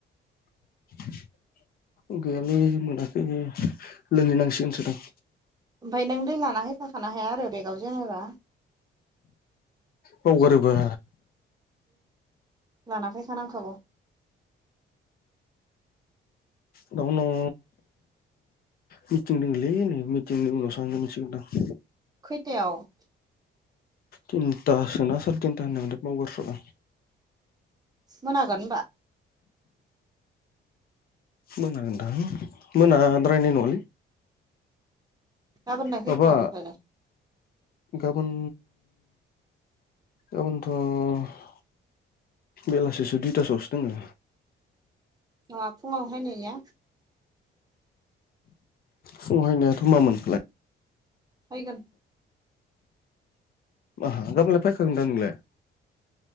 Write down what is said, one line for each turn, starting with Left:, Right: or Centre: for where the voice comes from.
Left: <inaudible> गैयालै मोनाखै लोंहैनांसिगोनसो दां
Right: ओमफ्राय नों दै लाना हायफाखानो हाया आरो बेगाव जेनेबा
Left: बावगारोबा
Right: लाना फैखा नांखागौ
Left: दा उनाव मिटिं दंलै नै मिटिंनि उनाव थांनो मोनसिगोनदां <unintelligible>
Right: खैथायाव
Left: तिनथासोना सार तिनथा होनाय बावगारस्राबाय आं
Right: मोनागोन होनबा
Left: मोनागोनदां मोनाद्रायनाय नङालै
Right: गाबोन लाय
Left: माबा
Right: खैथायाव ओमफायलाय
Left: गाबोन गाबोनथ'। बेलासिसो दुइथासोआवसो दङो।
Right: ना फुङावहाय नै।
Left: फहायनायाथ' मामोन खालाय।
Right: फायगोन।
Left: ओम गामोनलाय फैखागोनदां नोंलाय।